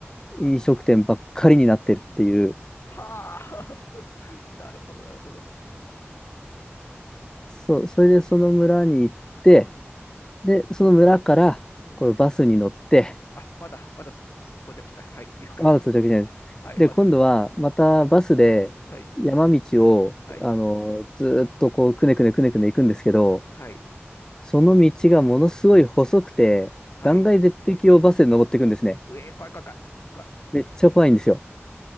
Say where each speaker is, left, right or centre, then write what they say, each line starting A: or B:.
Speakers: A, on the left; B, on the left.
A: はあ、
B: 飲食店ばっかりになってるっていう、
A: はあ、<laughs> なるほど、なるほど。
B: そそれでその村に行って、
A: うん、うん、
B: で、その村からこうバスに乗って、
A: うん。あ、まだ、まだ到着しない。はい、了解です。
B: あ、到着じゃないです。
A: はい、
B: で、
A: まだ。
B: 今度はまたバスで山道を、
A: はい、はい、
B: あの、ずーっとこう、くねくねくねくね行くんですけど、
A: はい、
B: その道がものすごい細くて、
A: はい。
B: 断崖絶壁をバスで登っていくんですね。
A: うえ、怖い怖い怖い怖い。
B: めっちゃ怖いんですよ。